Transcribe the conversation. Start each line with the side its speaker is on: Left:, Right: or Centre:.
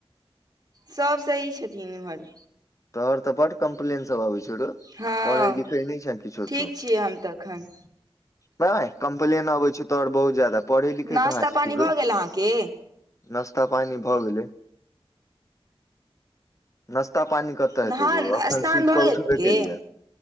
Right: सब सही छथिन इम्हर
Left: तोहर तऽ बड कम्प्लेन सब आबै छ रौ
Right: हँ
Left: पढ़ै लिखै नै छँ किछो
Right: ठीक
Left: तू घै
Right: छियै हम तऽ एखन
Left: बएह कम्प्लेन आबै छौ तोहर बहुत ज्यादा पढ़ै लिखै
Right: नाश्ता
Left: कहाँ छि
Right: पानी
Left: तु रौ
Right: भऽ गेल अहाँके
Left: नश्ता पानी भऽ गेलै नश्ता पानी कतऽ
Right: नहान
Left: हेते रु एखन
Right: स्नान
Left: सुति
Right: भऽ
Left: कऽ
Right: गेल
Left: उठबे
Right: के
Left: केलिया